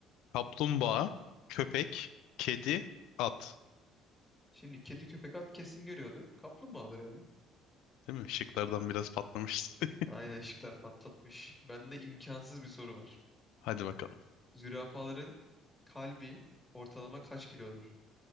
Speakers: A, on the left; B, on the left.
A: Kaplumbağa, köpek, kedi, at.
B: Şimdi kedi köpek at kesin görüyordur. Kaplumbağadır ya.
A: Değil mi? Şıklardan biraz patlamıştı.
B: Aynen şıklar patlatmış. Bende imkansız bir soru var.
A: <laughs> Hadi bakalım.
B: Zürafaların kalbi ortalama kaç kilodur?